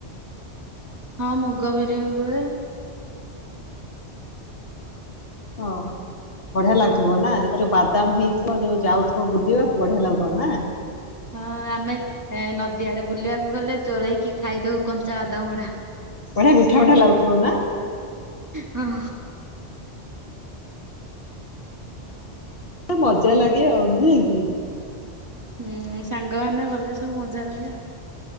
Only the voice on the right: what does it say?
ହଁ ମୁଗ ବିରି ବି ହୁଏ।
ହଁ ଆମେ ନଦୀ ଆଡେ ବୁଲିବାକୁ ଗଲେ ଚୋରଇକି ଖାଇଦଉ କଞ୍ଚା ବାଦାମ ଗୁଡା।
ହଁ।
ହୁଁ ସାଙ୍ଗ ମାନେ ଗଲେ ସବୁ ମଜା ଲାଗେ ଆଉ